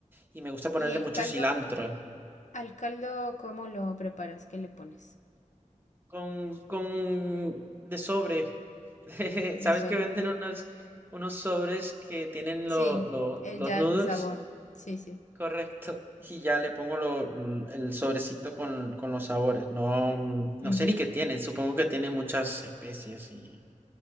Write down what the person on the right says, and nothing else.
Y me gusta ponerle
mucho
cilantro.
con, con de sobre. <laughs>
¿Sabes
que venden unos, unos sobres que tienen
lo- lo-
los
noodles?
Correcto. Y ya le pongo lo- l- el sobrecito con, con los sabores. No, mm, no
sé ni qué tiene. Supongo que tiene muchas especies y,